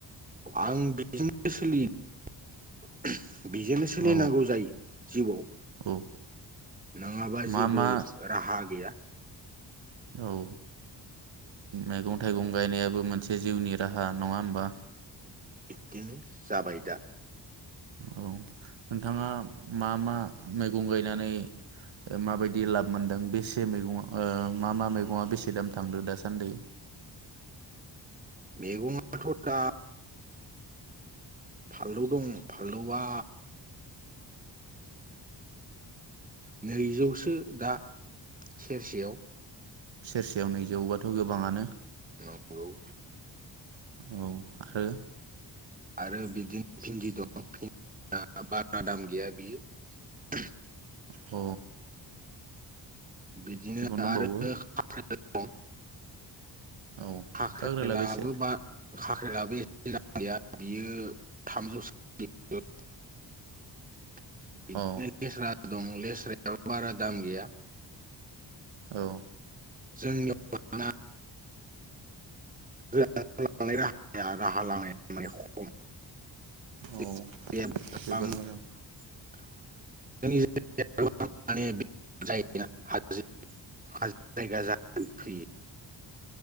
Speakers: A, on the right (about 15°); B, on the right (about 70°).
A: आं बेजोंनो सोलियो। बेजोंनो सोलिनांगौ
B: औ
A: जायो जिउआव
B: औ
A: नङाबा
B: मा
A: जेबो
B: मा
A: राहा गैया।
B: औ मैगं थाइगं गायनायाबो मोनसे जिउनि राहा नङा होमबा?
A: बिदिनो जाबाय दा।
B: औ नोंथाङा मा मा मैगं गायनानै माबायदि लाब मोनदों बेसे मैगं ओ मा मा मैगंआ बेसे दाम थांदो दासान्दि?
A: मेगं आथ' दा फानलौ दं फानलौआ नैजौसो दा सेरसेयाव
B: सेरसेयाव नै जौबाथ' गोबाङानो
A: औ
B: औ आरो
A: आरो बिदि भिन्दि दं भिन्दिया बारा दाम गैया बियो
B: अ।
A: बिदिनो
B: दंबावो
A: आरो <unintelligible> <inaudible>
B: औ
A: हाख्रि
B: काग्रेला
A: लाबो
B: बेसे
A: बा खाख्रिलाबो <inaudible> गैया बियो थामजौसो <inaudible> <unintelligible>
B: औ
A: दं लेस्रायाबो बारा दाम गैया।
B: औ
A: जोंनि <unintelligible> <inaudible> राहा लामानाया माने खम <unintelligible>
B: औ जोबोर मोजां
A: <unintelligible>